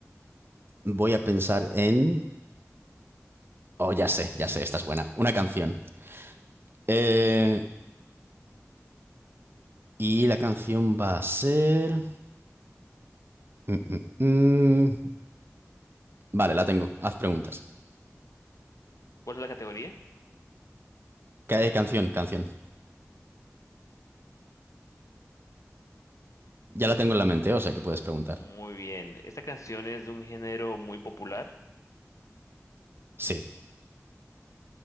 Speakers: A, on the right; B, on the left.
A: voy a pensar en... Oh, ya sé, ya sé, esta es buena. Una canción. Eh, y la canción va a ser... Mm, mm, mm. Vale, la tengo. Haz preguntas.
B: ¿Cuál es la categoría?
A: Ca- eh, canción, canción. Ya la tengo en la mente, o sea que puedes preguntar.
B: Muy bien, esta canción es de un género muy popular,
A: Sí.